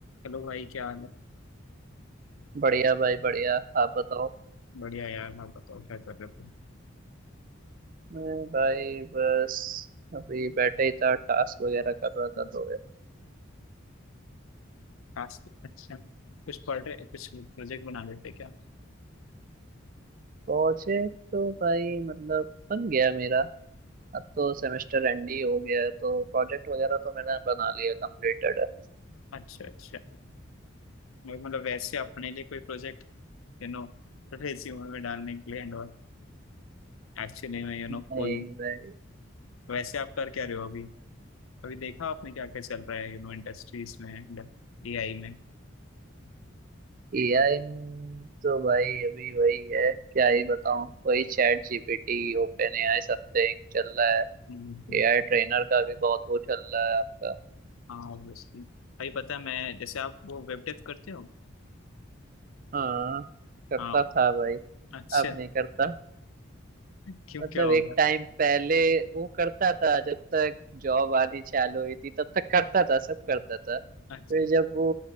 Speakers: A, on the left; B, on the right.
A: Hello भाई क्या हाल है
B: बढ़िया भाई बढ़िया आप बताओ
A: बढ़िया यार आप बताओ क्या कर रहे थे
B: मैं भाई बस अभी बैठे ही था टास्क वगैरह कर रहा था
A: हम्म।
B: थोड़े
A: आज तो, अच्छा कुछ पढ़ रहे कुछ प्रोजेक्ट बना लेते क्या
B: प्रोजेक्ट तो भाई मतलब बन गया मेरा अब तो सेमेस्टर एंड ही हो गया है तो प्रोजेक्ट वगैरह तो मैंने बना लिया कंप्लीटेड है
A: अच्छा अच्छा और मतलब वैसे अपने लिए कोई प्रोजेक्ट यू नो रेज्यूमे में डालने के लिए एंड और एक्चुअली में यू नो
B: नहीं
A: फुल
B: भाई
A: वैसे आप कर क्या रहे हो अभी अभी देखा आपने क्या क्या चल रहा है यू नो इंडस्ट्रीज में एंड एआई में
B: एआई में तो भाई अभी वही है क्या ही बताऊं वही chat GPT open AI something चल रहा है
A: हम्म, हम्म,
B: एआई ट्रेनर का भी बहुत वो चल रहा है आपका
A: हाँ ऑब्वियसली भाई पता है मैं जैसे आप वो वेब डेव करते हो
B: हाँ करता
A: हाँ
B: था भाई
A: अच्छा
B: अब नहीं करता
A: क्यों
B: मतलब
A: क्या हो
B: एक
A: गया
B: टाइम पहले वो करता था जब तक जॉब आनी चालू हुई थी तब तक करता था सब करता था फिर
A: अच्छा
B: जब वो